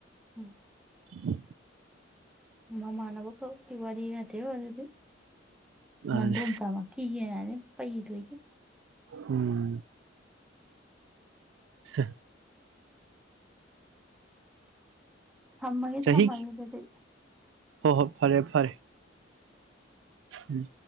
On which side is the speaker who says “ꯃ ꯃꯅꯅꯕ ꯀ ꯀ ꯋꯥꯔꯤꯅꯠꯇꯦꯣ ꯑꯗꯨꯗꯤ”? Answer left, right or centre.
Centre